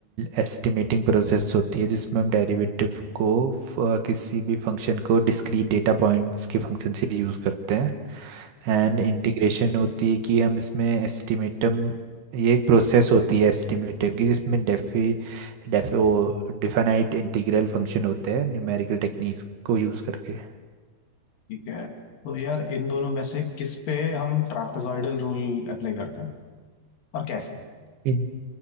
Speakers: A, on the right (about 75°); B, on the left (about 60°).
A: एस्टिमेटिंग प्रोसेस होती है जिसमें हम डेरिवेटिव को फ- किसी भी फंक्शन को डिस्क्रीट डेटा पॉइंट्स के फंक्शन से यूज़ करते हैं एंड इंटीग्रेशन होती है कि हम इसमें एस्टिमेटम ये एक प्रोसेस होती है एस्टिमेटिव की जिसमें डेफी डेफ ओ डिफाइनाइट इंटीग्रल फंक्शन होते हैं न्यूमेरिकल टेक्निक्स को यूज़ करके
B: ठीक है तो यार इन दोनों में से किस पे हम ट्रापेजॉइडल रूल अप्लाई करते हैं और कैसे
A: इन-